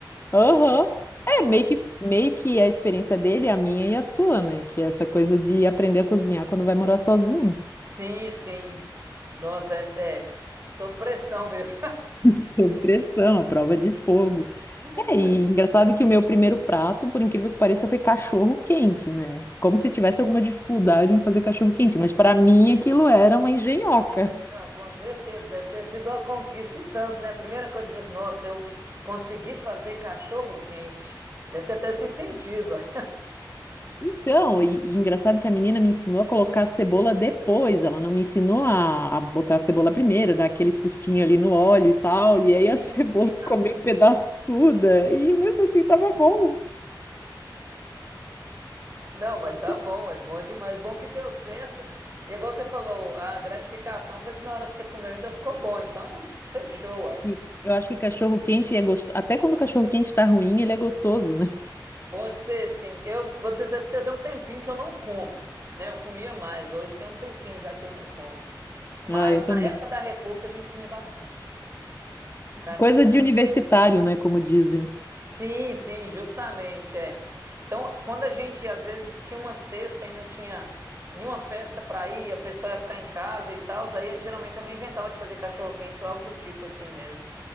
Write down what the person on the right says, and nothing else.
Sim, sim. Nossa, é até sob pressão mesmo.
<laughs>
Não, com certeza. Deve ter sido uma conquista e tanto, né? A primeira coisa que você fez, nossa, eu consegui fazer cachorro quente. Deve ter até se sentido. <laughs> ué.
Sim,
sim,
dá
uma.
Não, mas
tá
bom, é bom demais. Bom que deu certo. E igual você falou, a gratificação foi que na hora que você comeu ainda ficou bom. Então, fechou, uai.
Pode ser, sim. Eu vou dizer que tem um tempinho que eu não como, né? Eu comia mais. Hoje tem um tempinho já que eu não como. Mas
na época da República a gente comia bastante. <laughs> Naquela
Sim, sim, justamente, é. Então, quando a gente às vezes tinha uma sexta e não tinha nenhuma festa pra ir, a pessoa ia ficar em casa e tal, aí geralmente alguém inventava de fazer cachorro-quente ou algo do tipo assim mesmo.